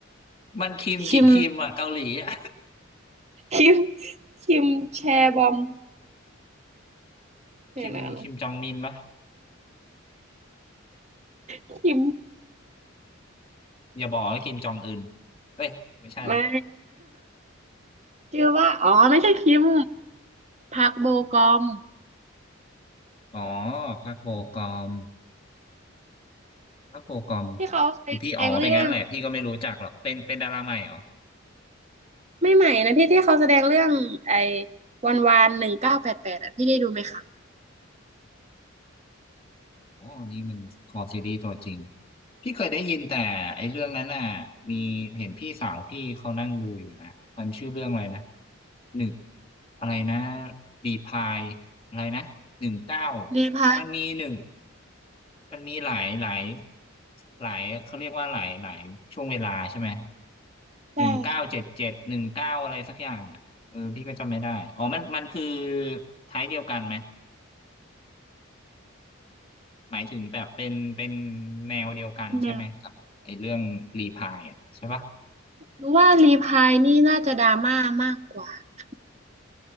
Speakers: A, on the left; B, on the right.
A: มันคิมกี่คิมอ่ะเกาหลีอ่ะ
B: คิมคิมคิมแชร์บอมเนี่ยนะนะ
A: คิมคิมจองมินปะ
B: คิม
A: อย่าบอกว่าคิมจองอึนเฮ้ยไม่ใช่ละ
B: ไม่ <laughs> ชื่อว่าอ๋อไม่ใช่คิม พักโบกอม
A: อ๋อพักโบกอมพักโบกอม
B: ที่เขาเคยแสดงเรื่องไ
A: คือพี่อ๋อเป็นงั้นแหละพี่ก็ไม่รู้จักหรอกเป็นเป็นดาราใหม่เหรอ
B: ม่ใหม่นะพี่ที่เขาแสดงเรื่องไอ้วันวานหนึ่งเก้าแปดแปดอ่ะพี่ได้ดูไหมคะ
A: โอ้นี่มันคอซีรีส์ตัวจริงพี่เคยได้ยินแต่ไอ้เรื่องนั้นน่ะมีเห็นพี่สาวพี่เขานั่งดูอยู่นะมันชื่อเรื่องอะไรนะหนึ่งอะไรนะรีพายอะไรนะหนึ่งเก้า
B: รีพาย
A: มันมีหนึ่งมันมีหลายหลายหลายเขาเรียกว่าหลายหลายช่วงเวลาใช่ไหม
B: ใช่ค่ะ
A: หนึ่งเก้าเจ็ดเจ็ดหนึ่งเก้าอะไรสักอย่างอ่ะเออพี่ก็จำไม่ได้อ๋อมันมันคือไทยเดียวกันไหม หมายถึงแบบเป็นเป็นแนวเดียวกันใช่ไหมกับไอ้เรื่องรีพายอ่ะใช่ปะ
B: แนวหรือว่ารีพายนี่น่าจะดราม่ามากกว่านะ